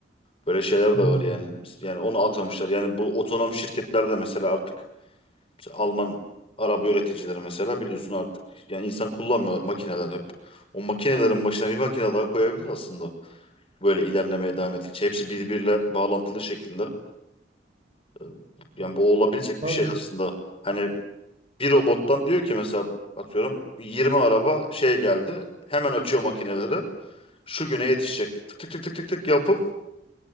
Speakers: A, on the left; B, on the right.
A: Böyle şeyler
B: hmm,
A: de var yani. Yani onu atamışlar. Yani bu otonom şirketler de mesela artık mesela Alman araba üreticileri mesela biliyorsun artık yani insan kullanmıyorlar makineler hep. O makinelerin başına bir makine daha koyabilir aslında. Böyle ilerlemeye devam ettikçe hepsi birbiriyle bağlantılı şekilde. Ee,
B: evet.
A: Yani bu olabilecek
B: Tabii
A: bir şey aslında. Hani bir robottan diyor ki mesela atıyorum 20 araba şey geldi. Hemen açıyor makineleri. Şu güne yetişecek. Tık tık tık tık tık tık yapıp